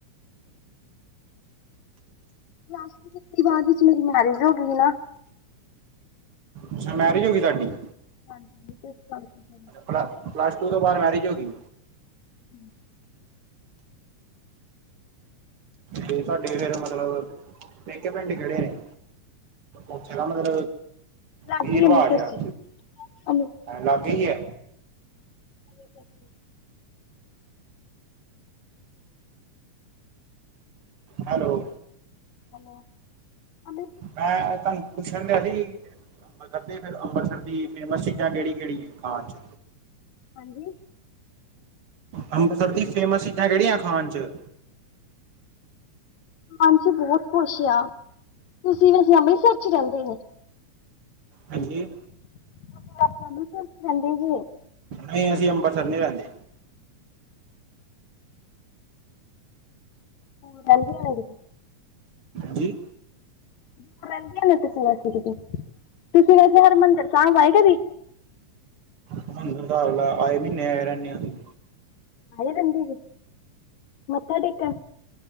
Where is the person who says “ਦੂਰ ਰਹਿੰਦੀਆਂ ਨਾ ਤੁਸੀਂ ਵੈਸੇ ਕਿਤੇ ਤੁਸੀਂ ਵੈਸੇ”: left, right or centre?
Left